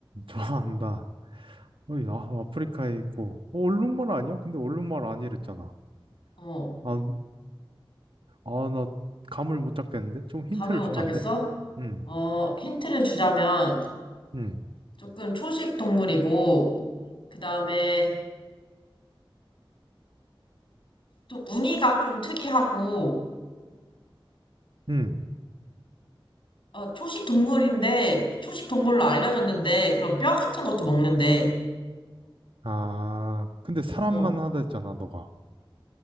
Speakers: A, on the right; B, on the left.
A: 좋아한다. 어이, 아, 아프리카에 있고. 어, 얼룩말 아니야? 근데 얼룩말 아니랬잖아.
B: 어.
A: 아, 아, 나 감을 못 잡겠는데? 좀 힌트를
B: 감을 못
A: 주면
B: 잡겠어?
A: 안 돼? 음,
B: 어, 힌트를 주자면
A: 음,
B: 조금 초식 동물이고, 그 다음에 또 무늬가 좀 특이하고,
A: 음.
B: 어, 초식 동물인데, 초식 동물로 알려졌는데, 그런 뼈 같은 것도 먹는데,
A: 아, 근데 사람만
B: 어, 어,
A: 하다 했잖아, 너가.